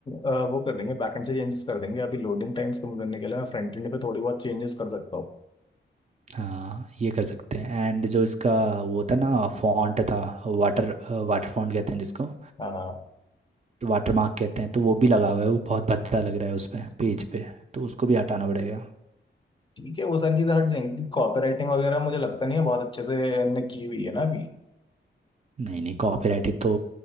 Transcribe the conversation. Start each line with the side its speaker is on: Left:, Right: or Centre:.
Left: अ, वो कर देंगे बैकएंड से चेंजेस कर देंगे अभी लोडिंग टाइम्स कम करने के लिए मैं फ्रंट एंड पे थोड़ी बहुत चेंजेस कर सकता हूँ
Right: हाँ ये कर सकते हैं एंड जो इसका वो था ना फॉन्ट था वाटर वाटर फॉन्ट कहते हैं जिसको
Left: हाँ
Right: तो वाटर मार्क कहते हैं तो वो भी लगा हुआ है वो बहुत भद्दा लग रहा है उसमें पेज पे तो उसको भी हटाना पड़ेगा
Left: ठीक है वो सारी चीज़ें हट जाएंगी कॉपीराइटिंग वगैरह मुझे लगता नहीं है बहुत अच्छे से हमने की हुई है ना अभी
Right: नहीं नहीं कॉपीराइट तो